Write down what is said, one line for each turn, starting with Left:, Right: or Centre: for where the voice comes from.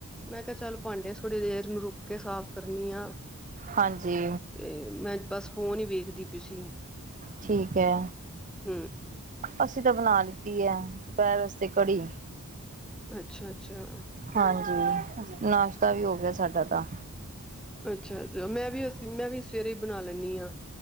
Centre: ਮੈਂ ਕਿਆ ਚੱਲ ਭਾਂਡੇ ਥੋੜ੍ਹੀ ਦੇਰ ਨੂੰ ਰੁਕ ਕੇ ਸਾਫ਼ ਕਰਨੀ ਆ।
Right: ਹਾਂਜੀ
Centre: ਤੇ ਮੈਂ ਬਸ ਫੋਨ ਈ ਵੇਖਦੀ ਪਈ ਸੀ।
Right: ਠੀਕ ਐ।
Centre: ਹਮ।
Right: ਅਸੀਂ ਤਾਂ ਬਨਾ ਲਿਤੀ ਐ ਦੁਪੈਰ ਵਸਤੇ ਕੜੀ।
Centre: ਅੱਛਾ-ਅੱਛਾ।
Right: ਹਾਂਜੀ, ਨਾਸ਼ਤਾ ਵੀ ਹੋ ਗਿਆ ਸਾਡਾ ਤਾਂ।
Centre: ਅੱਛਾ-ਅੱਛਾ ਮੈਂ ਵੀ ਅਸੀਂ ਮੈਂ ਵੀ ਸਵੇਰੇ ਬਨਾ ਲੈਂਨੀ ਆ